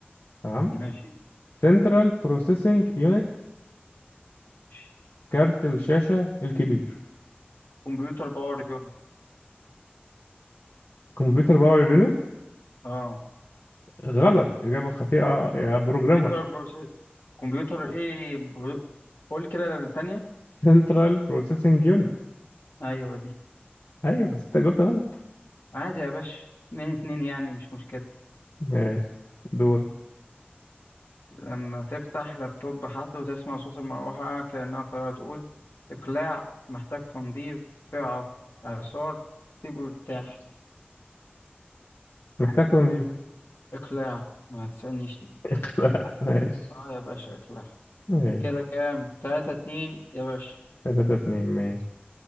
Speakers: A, on the left; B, on the left.
A: تمام
B: ماشي
A: سنترال بروسيسنج يونت
B: ماشي.
A: كارت الشاشة الكبير
B: كمبيوتر باور يونت
A: كمبيوتر باور يونت
B: اه
A: غلط إجابة خاطئة يا بروجرامر
B: كمبيوتر بروس... كمبيوتر ايه برو... قول كده التانية
A: سنترال بروسيسنج يونت
B: ايوه دي
A: أيوة بس أنت جاوبت غلط
B: عادي يا باشا اتنين اتنين يعني مش مشكلة
A: ماشي دور
B: لما تفتح لابتوب حد وتسمع صوت المروحة كأنها طيارة تقول إقلاع محتاج تنظيف فئة إعصار سيبه يرتاح
A: محتاج تنظيف
B: إقلاع ما تسألنيش ليه
A: <laughs> اخلع ماشي
B: اه يا باشا إقلاع
A: ماشي
B: كده كام تلاتة اتنين يا باشا
A: تلاتة اتنين ماشي